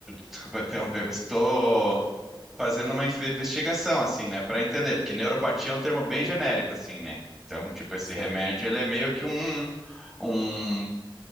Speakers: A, in the centre; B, on the left.
A: desculpa interromper, mas tô
B: não pode falar.
A: fazendo uma investigação, assim, né, Pra entender, porque neuropatia é um termo bem genérico, assim, né? Então, tipo, esse
B: Certo,
A: remédio, ele é meio que um, um